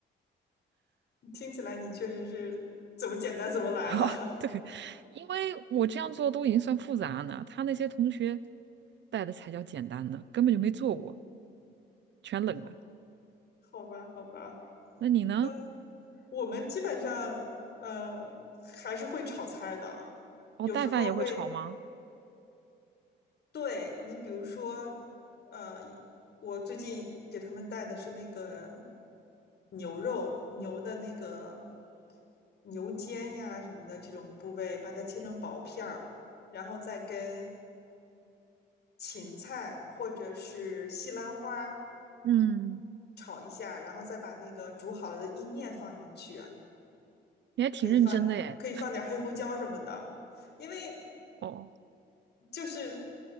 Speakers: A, on the left (about 55°); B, on the right (about 65°).
A: 听起来你确实是怎么简单怎么来了。
B: <laughs> 啊，
A: <laughs>
B: 对，因为我这样做都已经算复杂呢，他那些同学带的才叫简单的，根本就没做过，全冷的。
A: 好，好吧，好吧。
B: 那你呢？
A: 那我们基本上，呃，还是会炒菜的，
B: 哦，
A: 有时候会。
B: 带饭也会炒吗？
A: 对你，比如说，呃，一我最近给他们带的是那个牛肉，牛的那个牛肩呀什么的这种部位，把它切成薄片儿，然后再跟芹菜或者是西兰花
B: 嗯，
A: 炒一下，然后再把那个煮好了的意面放进去，
B: 你还挺认真的耶。
A: 可以放可以放点黑胡椒什么的，因为
B: 哦，
A: 就是